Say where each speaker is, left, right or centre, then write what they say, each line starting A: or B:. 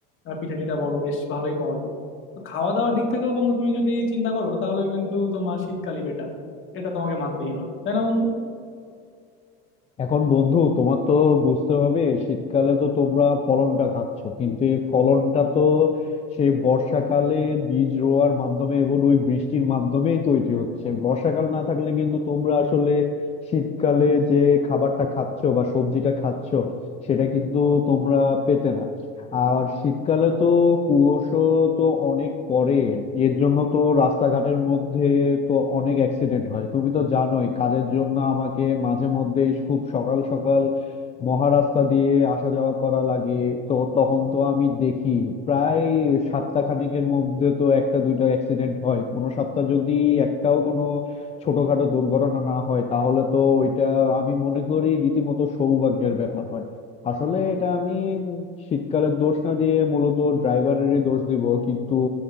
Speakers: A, on the left (about 40°); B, on the left (about 20°).
A: আহ, পিঠা টিটা বলো বেশ ভালোই পাওয়া যায় তো খাওয়া দাওয়ার দিক থেকেও বন্ধু তুমি যদি চিন্তা করো তাহলে কিন্তু তোমার শীতকালই বেটার এটা তোমাকে মানতেই হবে তাই না বন্ধু
B: এখন বন্ধু তোমার তো বুঝতে হবে শীতকালে তো তোমরা ফলনটা খাচ্ছ কিন্তু এই ফলনটা তো সেই বর্ষাকালে বীজ রোয়ার মাধ্যমে এবং ওই বৃষ্টির মাধ্যমেই তৈরি হচ্ছে বর্ষাকাল না থাকলে কিন্তু তোমরা আসলে শীতকালে যে খাবারটা খাচ্ছো বা সবজিটা খাচ্ছো সেটা কিন্তু তোমরা পেতে না আর শীতকালে তো কুয়াশা তো অনেক পড়ে এর জন্য তো রাস্তাঘাটের মধ্যে তো অনেক অ্যাক্সিডেন্ট হয় তুমি তো জানোই কাজের জন্য আমাকে মাঝে মধ্যেই খুব সকাল সকাল মহারাস্তা দিয়ে আসা যাওয়া করা লাগে তো তখন তো আমি দেখি প্রায় সাতটা খানেকের মধ্যে তো একটা দুইটা অ্যাক্সিডেন্ট হয় কোনো সপ্তাহ যদি একটাও কোনো ছোটখাটো দুর্ঘটনা না হয় তাহলে তো ওইটা আমি মনে করি রীতিমতো সৌভাগ্যের ব্যাপার হয় আসলে এটা আমি শীতকালের দোষ না দিয়ে মূলত ড্রাইভারেরই দোষ দিব কিন্তু